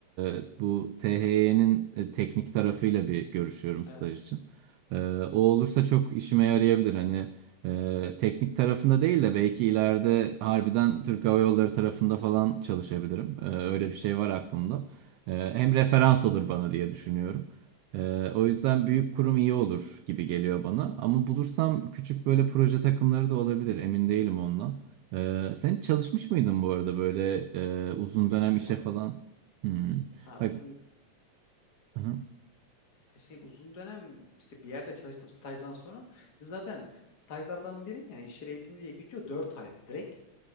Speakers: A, on the right; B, on the left.
A: e, bu THY'nin teknik tarafıyla bir görüşüyorum
B: Evet.
A: staj için. Ee, o olursa çok işime yarayabilir. Hani e, teknik tarafında değil de belki ileride harbiden Türk Hava Yolları tarafında falan çalışabilirim. Ee, öyle bir şey var aklımda. Ee, hem referans olur bana diye düşünüyorum. Ee, o yüzden büyük kurum iyi olur gibi geliyor bana. Ama bulursam küçük böyle proje takımları da olabilir. Emin değilim ondan. Ee, sen hiç çalışmış mıydın bu arada böyle e, uzun
B: Büyük
A: dönem
B: firmada.
A: işe falan?
B: mı?
A: Hmm.
B: Ha
A: Bak.
B: uzun
A: Hı hı.
B: şey uzun dönem işte bir yerde çalıştım stajdan sonra. Bizim zaten stajlardan biri yani iş yeri eğitimi diye geçiyor 4 ay direkt.